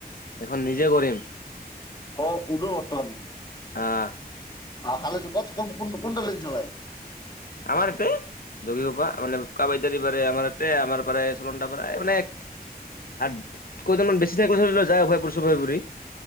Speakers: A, on the left; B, on the left.
A: এইখন নিজে কৰিম।
B: অ উদ ব্তন
A: আহ
B: অ ভালে তো কত ক কোনটা লেছ ভাই
A: আমাৰ ইতে। যোগীঘোপা, কাবাইতাৰী পাৰে আমাৰ ইতে, আমাৰ পাৰে চল পাৰ মানে কেইজনমান বেছি থ যায় উভয়পুৰী